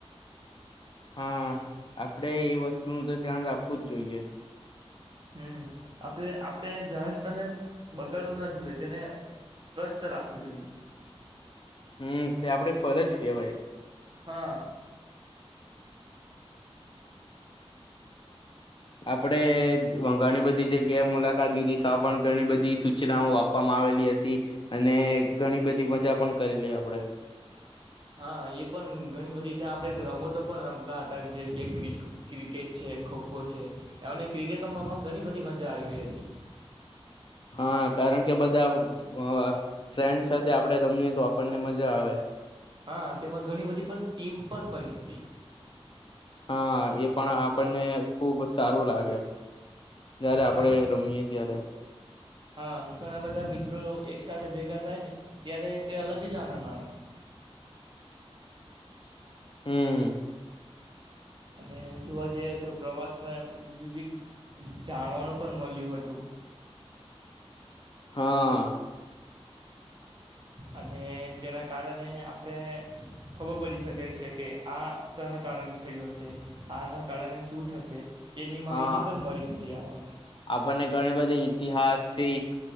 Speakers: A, on the left; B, on the right.
A: હા આપડે એ વસ્તુનો તો ધ્યાન રાખવું જ જોઈએ
B: હમ આપણે આપણે જાહેર સ્થળને બગાડવું ના જોઈએ તેને સ્વસ્થ રાખવું જોઈએ
A: હમ તે આપડે ફરજ કેહેવાય
B: હા
A: આપડે ઘણી બધી જગ્યાએ મુલા કાત લીધી ત્યાં પણ ઘણી બધી સૂચનાઓ આપવામાં આવેલી હતી અને ઘણી બધી મજા પણ કરેલી આપડે
B: હા એ પણ ઘણી બધી ત્યા આપણે રમો તો પણ રમતા હતા જેવી તે ક્રિ ક્રિકેટ છે ખોખો છે એમને ક્રિકેટમાં ઘણી બધી મજા આવી ગઈ હતી
A: હા કારણ કે બધા અ ફ્રેન્ડ સાથે આપડે રમીએ તો આપણને મજા આવે
B: હા તેમાં ઘણી બધી પણ ટીમ પણ પડી હતી
A: હા એ પણ આપણને ખુબ સારું લાગે જયારે આપડે
B: હા
A: રમીએ ત્યારે
B: હા ઘણા બધા મિત્રો એક સાથે ભેગા થાય ને ત્યારે કે અલગ જ આનંદ આવે
A: હમ
B: અને જોવા જઈએ તો પ્રવાસમાં વિવિધ જાણવાનું પણ મલ્યું હતું
A: હા
B: અને તેના કારણે આપણે ખબર પડી શકે છે કે આ શેના કારણે થયું હશે આના કારણે શું થશે તેની માહિતી
A: હા
B: પણ મળી હતી આપણને
A: આપણને ઘણી બધી ઇતિહાસ એક